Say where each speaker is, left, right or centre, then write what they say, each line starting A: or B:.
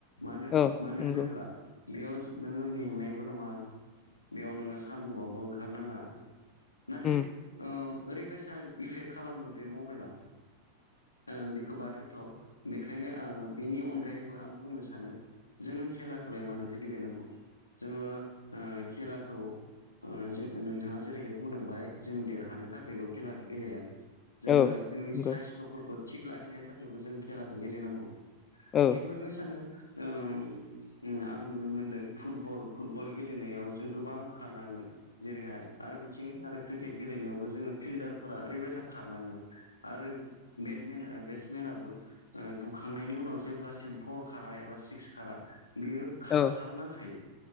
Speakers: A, on the left (about 80°); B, on the left (about 30°).
A: मानो
B: औ
A: मानो
B: नंगौ
A: होनोब्ला बेयाव नोङो मेंनायबो नङा बेयाव नोङो सानदुङावबो ओंखारनाङा। नाथाय
B: उम
A: ओ ओरैबायसा इफेक्ट खालामो बे मबाइला ओ बिखौ बाद होथ' बेखायनो ओ बेनि अनगायैबो आं बुंनो सानो जोङो खेलाखोलाय मानोथो गेलेनांगौ। जोङो ओ खेलाखौ ओ जो नोंथाङा जेरैहाय बुंलांबाय जों देरहानो थाखायल' खेलाखौ गेलेया। जोङो
B: औ
A: जोंनि
B: नंगौ
A: साइस्थ'फोरखौ थिग लाखिनो थाखायबो जों खेलाखौ गेलेनांगौ।
B: औ
A: थिग बेबायसानो ओम उम आं नुनो मोनदों फुटबल फुटबल गेलेनायाव जों गोबां खारनाङो। जेरैहाय आ आरो बिथिं आरो क्रिकेट गेलेनायावबो जोङो फिल्डारफोरा ओरैबायसा खारनाङो आरो बेटमेन ओ बेट्समेनाबो ओ बुखांनायनि उनाव जेब्लासिम फर खारा एबा सिक्स खारा बियो खारथारनांखायो।
B: औ